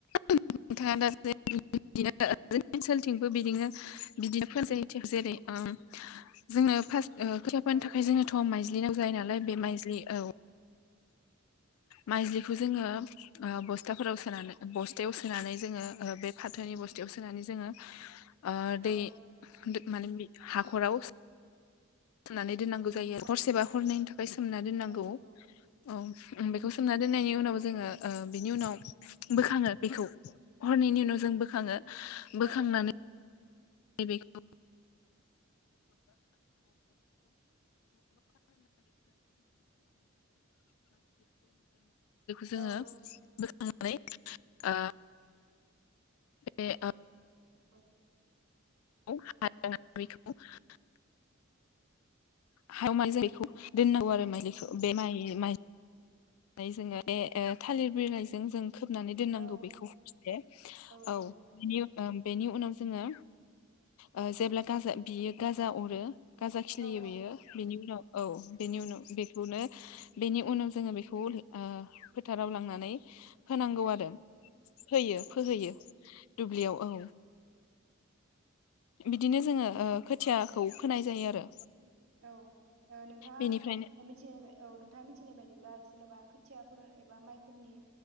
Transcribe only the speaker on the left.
नोंथाङा दासो बिदिनो जों ओनसोलथिंबो बिदिनो बिदिनो <unintelligible> जेरै ओ जोंनो फार्स्ट ओ खोथिया फोनो
थाखाय जोङोथ माइज्लि नांगौ जायो नालाय बे माइज्लि औ माइजलिखौ जोङो ओ बस्थाफोराव सोनानै बस्थायाव सोन सोनानै जोङो ओ बे फाथोनि बस्थायाव सोनानै जोङो ओ
दै माने बिख हाखराव सोननानै दोननांगौ जायो आरो
हरसेबा हरनायनि थाखाय सोमना दोननांगौ
औ
ओम बे बेखौ सोमना दोननायनि
उनाव
जोङो ओ बेनि उनाव बोखाङो बेखौ हरननायनि उनाव जों बोखाङो बोखांनानै
<unintelligible> <unintelligible> <unintelligible> निज्लिखौ जोङो
बोखांनानै ओ बे ओ
<unintelligible> हायाव माइ जायैखौ
दोननांगौ आरो माइलिखौ बे माइ माइ जोङो बे थालिर बिलाइजों जों खोबनानै दोननांगौ
बेखौ हरसे
औ
बोनि उनाव बेनि उनाव जोङो ओ जेब्ला गाजा बियो गाजा अरो गाजा खिलियो
बेयो
बेनि उनाव औ बेनि उनाव बेखौनो बेनि उनाव जोङो बे ओ फोथाराव लांनानै होनांगौ आरो होयो
फोहोयो
दुब्लियाव औ बिदिनो जोङो ओ खोथियाखौ फोनाय जायो आरो
बेनिफ्रायनो